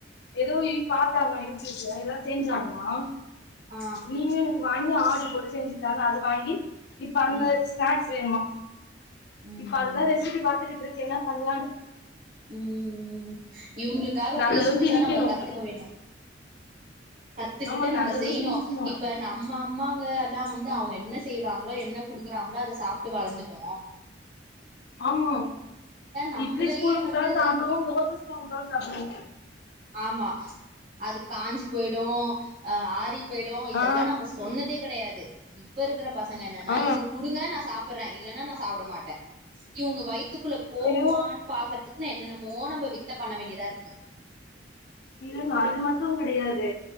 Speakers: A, on the left; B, on the right.
A: ஏதோ இ பார்த்தாங்க யூடியூப்ல ஏதா செஞ்சாங்கலா
B: ஆ
A: நீங்க வாங்கி ஆடர் போட்டு செஞ்சுத்தான்னு அத வாங்கி இப்ப அங்க
B: ம்
A: ஸ்நாக்ஸ் செமா
B: ம்
A: இப்ப அதுதா ரெசிபி பாத்துட்டு இருக் என்னா பண்ணலானு
B: உம் இவங்களுக்காக
A: நல்லதும்
B: புதுசு புதுசா
A: திணிக்கணும்
B: நம்ம கத்துக்க வேணு கத்துக்கிட்டு
A: ஆமா
B: நம்ம
A: நல்லதும்
B: செய்யணும்
A: திணிக்கணு
B: இப்ப நம்ம அம்மாங்க எல்லா வந்து அவங்க என்ன செய்வாங்களோ என்ன குடுக்குறாங்களோ அத சாப்ட்டு வளர்ந்துட்டோ
A: ஆமா
B: நம்மளையே
A: இட்லி ஸ்கூல் கொடுதலு
B: வந்து
A: சாப்பிடுவோ தோச கொடுதலு சாப்பிடுவோ
B: ஆமா அது காஞ்சி போயிடும் அ ஆரி போயிடும் இதெல்லாம்
A: ஆ
B: நம்ம சொன்னதே கிடையாது இப்ப இருக்கிற பசங்க என்னன்னா
A: ஆ
B: இது குடுங்க நா சாப்பிடுறேன் இல்லன்னா நா சாப்பிட மாட்டே இவங்க வயத்த துக்குள்ள போகுமான்னு
A: ஐயோ
B: பார்க்கற இக்குன்னா என்னென்னமோ நம்ம வித்த பண்ண வேண்டியதா இருக்கு
A: இல்லங்க அது மட்டும் கிடையாது